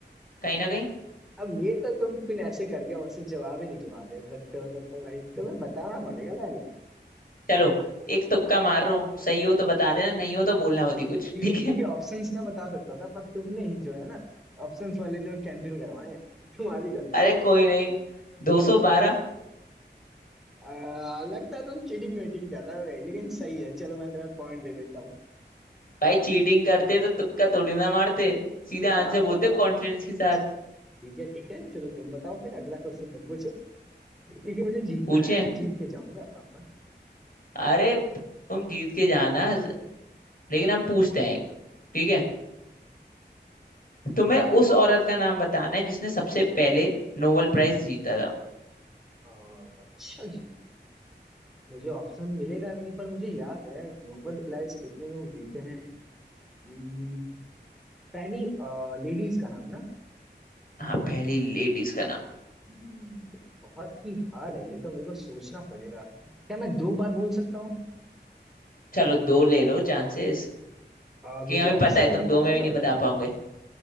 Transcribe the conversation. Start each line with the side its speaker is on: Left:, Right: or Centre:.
Left: कहीं ना कहीं
Centre: अब ये तो तुम फिर ऐसे करके मुझसे जवाब ही निकलवा दे सकते हो तब तो भाई तुम्हें बताना पड़ेगा पहले
Left: चलो एक तुक्का मार रहा हूँ सही हो तो बता देना नहीं हो तो बोलना मत ही कुछ
Centre: क्योंकि
Left: <laughs> ठीक
Centre: क्योंकि
Left: है
Centre: ऑप्शंस ना बता सकता था पर तुमने ही जो है ना ऑप्शंस वाले जो कैंसिल करवाए तुम्हारी गलती
Left: अरे
Centre: है
Left: कोई नहीं दो सौ बारह
Centre: आ, लगता है तुम चीटिंग वेटिंग कर रहे हो भाई, लेकिन सही है चलो मैं तुम्हें पॉइंट दे देता हूँ
Left: भाई चीटिंग करते तो तुक्का थोड़ी ना मारते सीधे
Centre: आ,
Left: आंसर बोलते कॉन्फिडेंस के साथ
Centre: अच्छा ठीक है ठीक है चलो तुम बताओ फिर अगला क्वेश्चन तुम पूछो क्योंकि मुझे जीतना
Left: पूछे
Centre: है मैं जीत के जाऊंगा हाँ हाँ
Left: अरे तुम जीत के जाना ज- लेकिन हम पूछते हैं एक ठीक है तुम्हें उस औरत का नाम बताना है जिसने सबसे पहले नोबेल प्राइज जीता था
Centre: आ, अच्छा जी मुझे ऑप्शन मिलेगा नहीं पर मुझे याद है नोबेल प्राइज कितने लोग जीते हैं हम्म, पहली लेडीज का नाम ना
Left: हाँ पहली लेडीज का नाम
Centre: हम्म, तो बहुत ही हार्ड है ये तो मेरे को सोचना पड़ेगा क्या मैं दो बार बोल सकता हूँ
Left: चलो दो ले लो चांसेस
Centre: अ,
Left: कि
Centre: मुझे
Left: हमें
Centre: ऑप्शन
Left: पता है तुम
Centre: बताना
Left: दो में
Centre: चाहोगे
Left: भी नहीं बता पाओगे